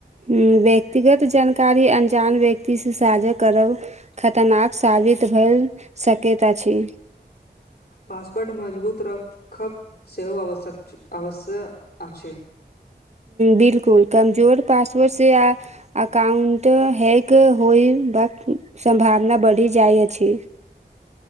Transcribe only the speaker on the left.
पासवर्ट मजबूत रखब सेहो आवश्यक छै अवश्य आछि